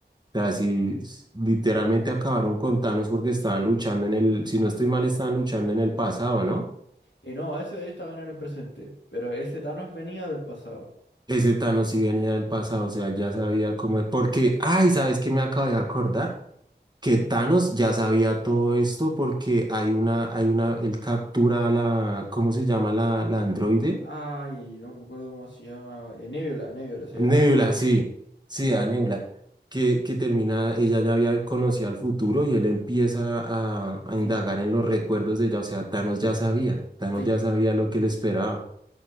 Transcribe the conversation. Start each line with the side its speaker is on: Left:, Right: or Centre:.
Right: O sea, si s- literalmente acabaron con Thanos porque estaban luchando en el, si no estoy mal, estaban luchando en el pasado, ¿no?
Left: Y no, ese estaban en el presente, pero ese Thanos venía del pasado.
Right: Ese Thanos sí venía del pasado, o sea, él ya sabía cómo. Porque, ay, ¿sabes qué me acabo de acordar? Que Thanos ya sabía todo esto porque hay una, hay una, él captura a la, ¿cómo se llama la, la androide?
Left: Ay, no me acuerdo cómo se llama. eh, Nebula, Nebula se
Right: Nebula,
Left: llama.
Right: sí, sí, a Nebula, que, que termina, ella ya había conocido el futuro y él empieza a, a indagar
Left: Sí, pu,
Right: en los recuerdos de ella, o sea, Thanos ya sabía, Thanos
Left: sí,
Right: ya sabía lo que le esperaba.